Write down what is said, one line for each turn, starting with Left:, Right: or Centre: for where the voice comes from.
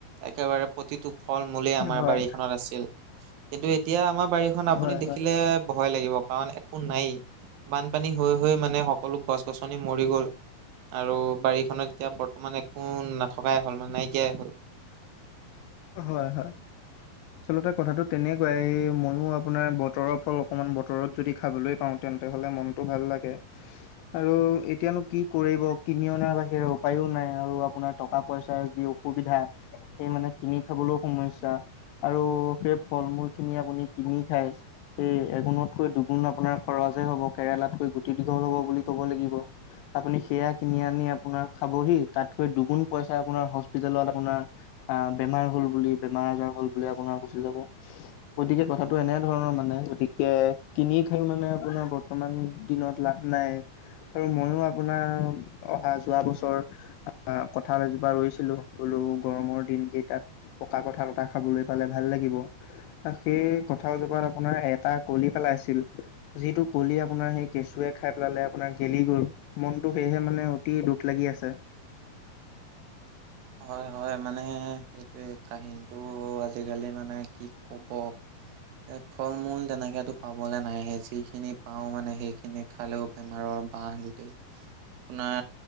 Right: একেবাৰে প্ৰতিটো ফল মূলে
Left: হয়,
Right: আমাৰ বাৰীখনত আছিল কিন্তু এতিয়া আমাৰ বাৰীখন আপুনি
Left: হয়,
Right: দেখিলে
Left: হয়।
Right: ভয় লাগিব কাৰণ একো নায়েই, বানপানী হৈ হৈ মানে সকলো গছ গছনি মৰি গ'ল। আৰু বাৰীখনত এতিয়া বৰ্তমান একো নাথকাই হ'ল মানে নাইকিয়াই হ'ল।
Left: হয় হয়। আচলতে কথাটো তেনেকুৱাই, ময়ো আপোনাৰ বতৰৰ ফল অকমান বতৰত যদি খাবলৈ পাওঁ তেন্তে হ'লে মনটো ভাল লাগে। আৰু এতিয়ানো কি কৰিব কিনি অনাৰ বাহিৰে উপায়ও নাই আৰু আপোনাৰ টকা পইচাৰ যি সুবিধা সেই মানে কিনি খাবলৈও সমস্যা আৰু সেই ফল মূলখিনি আপুনি কিনি খায় এই এগুণতকৈ দুগুণ আপোনাৰ খৰচে হ'ব, কেৰেলাতকৈ গুটি দীঘল হ'ব বুলি ক'ব লাগিব। আপুনি সেয়া কিনি আনি আপোনাৰ খাবহি তাতকৈ দুগুণ পইচা আপোনাৰ হস্পিতেলত আপোনাৰ আহ, বেমাৰ হ'ল বুলি, বেমাৰ আজাৰ হ'ল বুলি আপোনাৰ গুচি যাব। গতিকে কথাটো এনেধৰণৰ মানে গতিকে কিনি খাই মানে আপোনাৰ বৰ মান দিনত লাভ নাই। আৰু ময়ো আপোনাৰ অহা যোৱা বছৰ কঠাল এজোপা ৰুইছ ছিলো, বুলো গৰমৰ দিনকেইটাত পকা কঁঠাল এটা খাবলৈ পালে ভাল লাগিব। সেই কঁঠালজোপাত আপোনাৰ এটা কলি পেলাইছিল যিটো কলি আপোনাৰ সেই কেঁচুৱে খাই পেলালে আপোনাৰ গেলি‌ গল। মনটো সেয়েহে মানে অতি দুখ লাগি আছে।
Right: হয় হয় মানে সেইটোৱে কাহিনীটো আজিকালি মানে কি কব। এ ফল মূল তেনেকটো পাবলে নাইহে যিখিনি পাওঁ মানে সেইখিনিক। খালেও বেমাৰৰ বাহ গোটেই আপোনাৰ